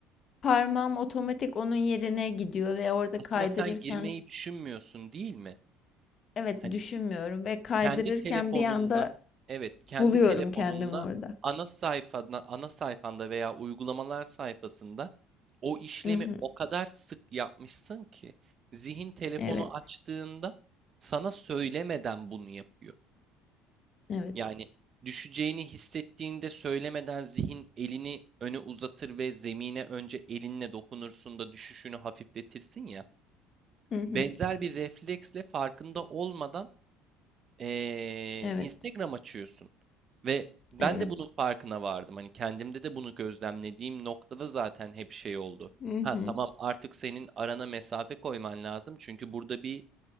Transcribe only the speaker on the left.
parmağım otomatik onun yerine gidiyor ve orada
kaydırırken
evet
düşünmüyorum ve kaydırırken
bir anda
buluyorum
kendimi orada.
Hı hı.
Evet,
evet.
Hı hı.
Evet,
evet.
Hı hı.